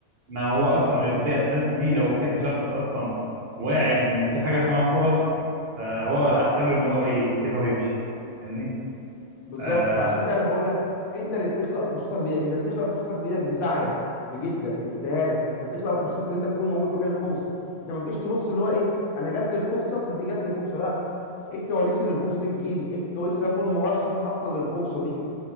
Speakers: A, on the right (about 55°); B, on the left (about 65°).
A: ما هو اصلا البيئة التالتة دي لو فيها شخص اصلا واعي بان في حاجة اسمها فرص فهو الاحسن له ان هو يسيبها ويمشي فاهمني
B: بالظبط
A: آه
B: فعشان كده انا بقول لك انت اللي بتخلق فرصتك بايدك انت بتخلق فرصتك بايدك بسعيك بجدك باجتهادك انت بتخلق فرصتك ان انت تكون موجود مكان الفرصه انت ما تجيش تبص اللي هو ايه انا جات لي الفرصه فدي جات لي فرصه لا ايه الكواليس اللي الفرصه دي تجيلي ايه الكواليس اللي اكون مرشح اصلا للفرصه دي